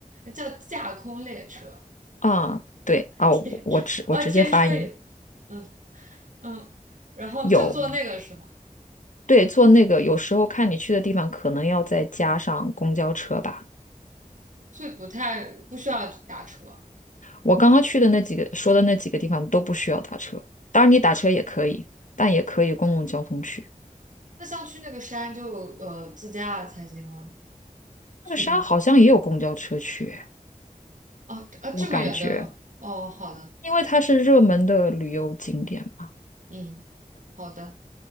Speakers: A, on the right; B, on the left.
A: 叫架空列车，
B: 啊，对啊，我我直我直接翻译
A: 天车啊，天车也，嗯嗯，然后就坐那个是吗？
B: 有，对，坐那个有时候看你去的地方，可能要再加上公交车吧。
A: 所以不太不需要打车。
B: 我刚刚去的那几个说的那几个地方都不需要打车，当然你打车也可以，但也可以公共交通去。
A: 那像去那个山就呃自驾才行吗？去你
B: 那个山好像也有公交车去，
A: 哦啊这么远的了哦，
B: 我感觉，
A: 好的，
B: 因为它是热门的旅游景点嘛。
A: 嗯，好的，